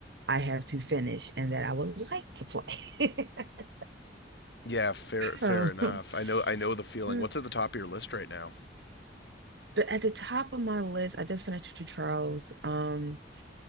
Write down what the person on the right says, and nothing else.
I have to finish and that I would like to play. <laughs>
Um,
the,
at the top of my list, I just finished Two Charles. Um,